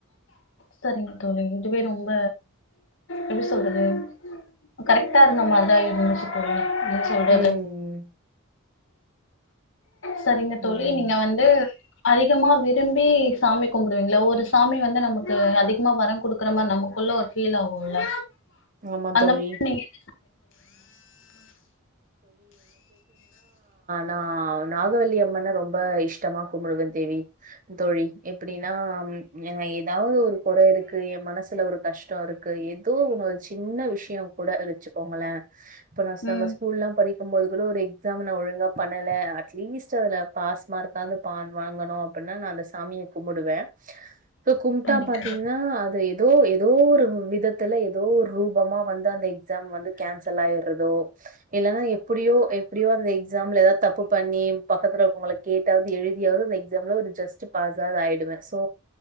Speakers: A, on the left (about 60°); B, on the right (about 40°).
A: செரிங்க ஒன இத்துவே ரொம்ப எப்டி சொல்றது கரெக்டா இருந்த மாரிதா இருந்துச்சு தோழி என்ன சொல்றது
B: ம்,
A: சரிங்க தோழி
B: ம்.
A: நீங்க வந்து அதிகமா விரும்பி சாமி கும்பிடுவீங்களா ஒரு சாமி வந்து நமக்கு அதிகமா வரம் கொடுக்குற மாதிரி நமக்குள்ள ஒரு ஃபீல் ஆகும்ல்ல
B: ஆமா
A: அந்த
B: தோழி.
A: மாரி நீங்க <inaudible>
B: நான் நாகவல்லி அம்மன ரொம்ப இஷ்டமா கும்புடுவேன் தேவி தோழி எப்படின்னா ஏதாவது ஒரு குறை இருக்கு என் மனசுல ஒரு கஷ்டம் இருக்கு ஏதோ ஒன்ன ஒரு சின்ன விஷ் ஏ கூட வெச்சிக்கோங்களே <unintelligible>
A: ம்
B: படிக்கும்போது கூட ஒரு எக்ஸாம் நான் ஒழுங்கா பண்ணல அட்லீஸ்ட் அதுல பாஸ் மார்க்காவது பான் வாங்கணும் அப்டினா நானு சாமிய கும்பிடுவேன் கும்பிட்டா
A: கண்டிப்பா
B: பாத்தீங்கன்னா அது ஏதோ ஏதோ ஒரு விதத்துல ஏதோ ரூபமா வந்து அந்த எக்ஸாம் வந்து கேன்சல் ஆயறதோ இல்லன்னா எப் எப்படியோ எப்படியோ அந்த எக்ஸாம்ல ஏதாவ தப்பு பண்ணி பக்கத்துல உங்கள கேட்டாவது எழுதியாவது அந்த எக்ஸாம்ல ஒரு ஜஸ்ட் பாஸ் ஆவது ஆயிடுவேன் சோ